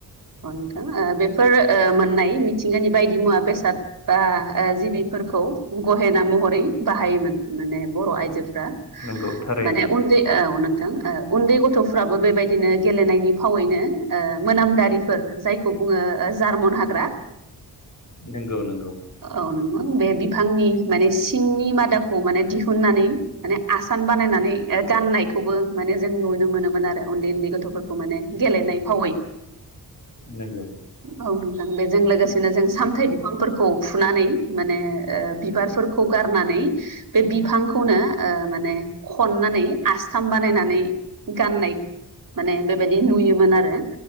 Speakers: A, on the right; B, on the left.
A: औ नोंथां ओ बेफोर ओ मोन -नाय मिथिंगानि बायदि मुवा बेसाद बा ओ जिबिफोरखौ गहेना मुं महरै बाहायोमोन माने बर' आइजोफ्रा
B: नंगौ थारैनो
A: माने उन्दै औ उन्दै गथ'फ्राबो बेबायदिनो गेलेनायनि फावैनो ओ मोनामदारिफोर जायखौ बुंङो ओ जार्मन हाग्रा
B: नंगौ नंगौ
A: औ नोंथां बे बिफांनि माने सि सिंनि मादाखौ माने दिहुननानै माने आसान बानायनानै ओ गाननायखौबो माने जों नु नो मोनोमोन आरो उन्दै उन्दै गथ'फोर खौ माने गेलेनाय फावै
B: नंगौ
A: औ नोंथां बेजों लोगोसे बिदिनो जों सामथाय बिफांफोरखौ फुनानै माने ओ बिबार फोर खौ गारनानै बे बिफांखौनो ओ माने खननानै आसथाम बानायनानै गाननाय माने बेबादि नुयोमोन आरो